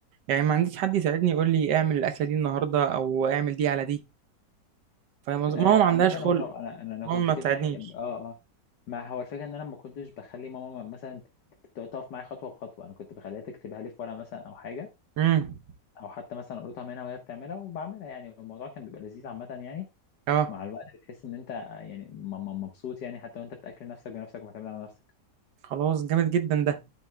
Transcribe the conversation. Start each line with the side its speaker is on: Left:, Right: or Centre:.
Right: يعني ما عنديش حد يساعدني يقول لي اعمل الأكلة دي النهاردة أو اعمل دي على دي فاهم قصدي؟
Left: آه،
Right: ماما ما
Left: عامه
Right: عندهاش
Left: انا
Right: خلق
Left: لا انا انا أنا
Right: ماما
Left: كنت
Right: ما
Left: كده
Right: بتساعدنيش
Left: يعني اه اه ما هو الفكره ان انا ما كنتش بخلي ماما مثلا ت- ت- تقف معايا خطوه بخطوه انا كنت بخليها تكتبها لي في ورقه مثلا او حاجه
Right: امم
Left: او حتى مثلا اقولها منها وهي بتعملها وبعملها يعني الموضوع كان بيبقى لذيذ عامه يعني
Right: اه
Left: مع الوقت بتحس ان انت يعني م- م- مبسوط يعني حتى وانت بتاكل نفسك بنفسك ومعتمد على نفسك
Right: خلاص جامد جدا ده